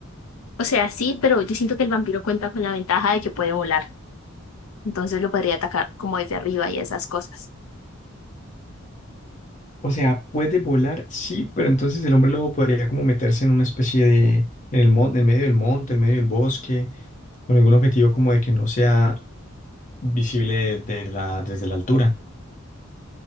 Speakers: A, on the left; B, on the left.
A: O sea, sí, pero yo siento que el vampiro cuenta con la ventaja de que puede volar. Entonces lo podría atacar como desde arriba y esas cosas.
B: O sea, puede volar, sí, pero entonces el hombre lobo podría como meterse en una especie de, en el monte, en medio del monte, en medio del bosque, con algún objetivo como de que no sea visible desde la, desde la altura.